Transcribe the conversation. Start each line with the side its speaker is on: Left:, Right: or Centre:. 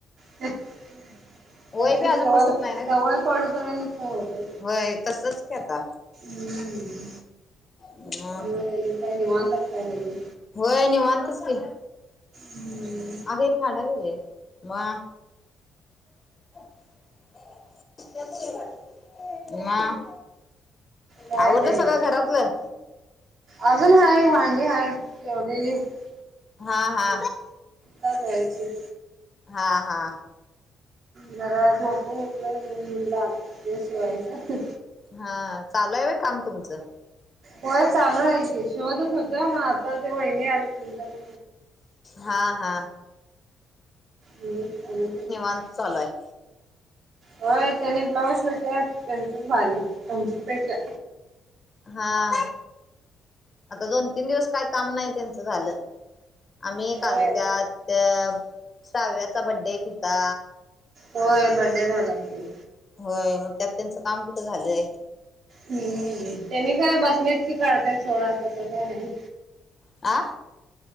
Right: <unintelligible> त्यास्नी
Left: वय बी अजून
Right: वय
Left: बसत नाही
Right: सवय
Left: ना
Right: पडूस पर्यंत होते.
Left: होय तसच की आता
Right: हम्म
Left: मग
Right: तुम्ही काय निवांत असता घरी.
Left: व्हय निवांतच की
Right: हम्म
Left: अग हे फाडाय पायजे. मगं <unintelligible> <unintelligible> मग
Right: काय
Left: आवरलं
Right: नाही
Left: सगळं
Right: बघ
Left: घरातलं
Right: अजून हाय. वांडी हाय जेवलेली आता
Left: हा हा!
Right: का जायाचे.
Left: हा हा!
Right: जरा झोपून उठलो मग मी म्हटलं आता ड्रेस शिवायचं.
Left: हा! चालू आहे व्हय काम तुमचं
Right: व्हय चालू हाय की. जेवतच होत मग आता ते वहिनी आलती तर
Left: हा हा
Right: हम्म <unintelligible>
Left: अन चालू हाय.
Right: होय तिन्ही ब्लाऊज शिवत्यात त्यंचच भारी आमचं काय.
Left: हा! आता दोन तीन दिवस काय काम नाही त्यंच झालं आम्ही एक
Right: होय
Left: आलो त्यात. त्या साव्याचा बड्डे एक होता.
Right: होय बर्थडे झाला की.
Left: व्हय मग त्यात त्यांचं काम कुठं झालंय.
Right: हम्म त्यांनी काय बसलेत की काढत सोडा तसं काय नाही
Left: आ